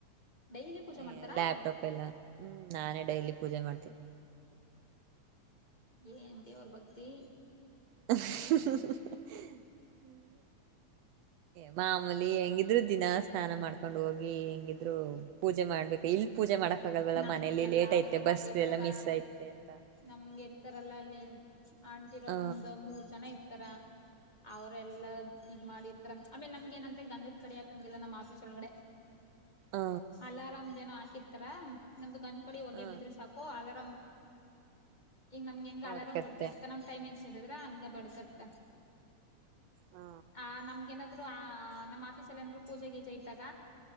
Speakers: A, on the left; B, on the right.
A: ಡೈಲಿ ಪೂಜೆ
B: ಏ
A: ಮಾಡ್ತಾರಾ
B: ಲ್ಯಾಪ್ಟಾಪ್ ಇಲ್ಲ ಹ್ಮ್ ನಾನೇ ಡೈಲಿ ಪೂಜೆ ಮಾಡ್ತೀನಿ
A: ಏನ್ ದೇವ್ರ ಭಕ್ತಿ
B: <inaudible>
A: <inaudible>
B: ಮಾಮೂಲಿ ಹೆಂಗಿದ್ರು ದಿನಾ ಸ್ನಾನ ಮಾಡ್ಕೊಂಡ್ ಹೋಗಿ ಹೆಂಗಿದ್ರು ಪೂಜೆ ಮಾಡ್ಬೇಕು ಇಲ್ಲಿ ಪೂಜೆ ಮಾಡಕ್ ಆಗಲ್ವಲ್ಲ
A: ನಮ್ಗೆಲ್ಲಾ
B: ಮನೇಲಿ ಲೇಟ್
A: ಅವ್ರೇ
B: ಆಯ್ತೆ ಬಸ್
A: ಮಾಡಿರ್ತಾರ
B: ಎಲ್ಲ ಮಿಸ್ ಆಯ್ತೆ ಅಂತ <unintelligible>
A: ನಮ್ಗೆ ಇರ್ತಾರಲ್ಲ ಅಲ್ಲಿ ಆಂಟಿರೊಂದು
B: ಹ
A: ಮೂರ್ ಜನ ಇರ್ತಾರೆ. ಅವ್ರೆಲ್ಲಾ ಇದ್ ಮಾಡಿರ್ತಾರ ಆಮೇಲೆ ನಮ್ಗೆ ಏನಂದ್ರೆ ಗಂಧದ ಕಡ್ಡಿ ಹಾಕಂಗಿಲ್ಲ ನಮ್ಮ್ ಆಫೀಸ್ ಒಳಗಡೆ.
B: ಹ
A: ಅಲಾರಾಮ್ದ್ ಏನೋ ಹಾಕಿರ್ತಾರ ನಮ್ದು ಗಂದದ ಕಡ್ಡಿ ಹೊಗೆ
B: ಹ
A: ಬಿದ್ರೆ ಸಾಕು. ಓ ಅಲರಾಮ್ ಈಗ ನಮ್ಗೆ ಹೆಂಗ ಅಲಾರಾಮ್
B: ಓಡ್ಕತ್ತೆ
A: ಬಡಕಾಯಿತೋ ನಮ್ಮ್. ಟೈಮಿಂಗ್ಸ್ ಹಿಡಿದ್ರ ಹಂಗ ಬಡ್ಕತ್ತ.
B: ಹ
A: ಆ ನಮ್ಗೆನಾದ್ರು ಆ ನಮ್ಮ್ ಆಫೀಸಲ್ಲಿ ಏನಾದ್ರು ಪೂಜೆಗೀಜೆ ಇದ್ದಾಗ.